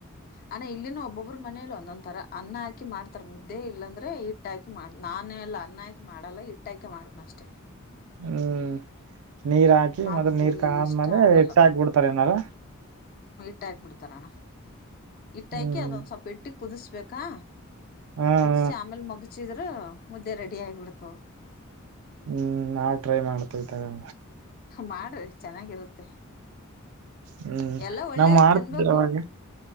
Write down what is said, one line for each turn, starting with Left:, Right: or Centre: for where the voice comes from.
Left: ಅಣ ಇಲ್ಲಿನ ಒಬ್ಬೊಬ್ಬರು ಮನೇಲಿ ಒಂದೊಂದ್ ತರ ಅನ್ನ ಹಾಕಿ ಮಾಡ್ತಾರ ಮುದ್ದೆ ಇಲ್ಲಾಂದ್ರೆ ಹಿಟ್ಟ ಹಾಕಿ ಮಾಡ ನಾ ನಾನು ಎಲ್ಲ ಅನ್ನಾಕಿ ಮಾಡಲ್ಲ ಇಟ್ಟಾಕೆ ಮಾಡತನ ಅಷ್ಟೆ.
Right: ಹ್ಮ್ ನೀರ್ ಹಾಕಿ
Left: ಆದ್ರೆ
Right: ಮತ್ತ ನೀರ್ ಕಾದ್ಮೇಲೆ
Left: ಇಷ್ಟ ಆಗಲ್ಲ
Right: ಹಿಟ್ ಹಾಕ್ಬಿಡ್ತಾರ ಏನಾರ
Left: ಇಟ್ಟ ಹಾಕ್ಬಿಡ್ತಾರಣ್ಣ ಇಟ್ಟ
Right: ಹ್ಮ್
Left: ಹಾಕಿ ಅದೊಂದ್ ಸ್ವಲ್ಪ ಇಟ್ಟಿ ಕುದಿಸಬೇಕಾ.
Right: ಹಾ ಹಾ
Left: ಕುದಿಸಿ ಆಮೇಲ್ ಮಗಚಿದ್ರ ಮುದ್ದೆ ರೆಡಿ ಆಗ್ಬಿಡ್ತು.
Right: ಹ್ಮ್ ನಾವ್ ಟ್ರೈ ಮಾಡ್ತೇತಾರೆ.
Left: ಮಾಡ್ರಿ ಚೆನ್ನಾಗಿರುತ್ತೆ
Right: ಹ್ಮ್
Left: ಎಲ್ಲಾ ಒಳ್ಳೇದ್
Right: ನಾ ಮಾಡ್ತಿದ್ರ
Left: ತಿನ್ಬೇಕು
Right: ಅವಾಗ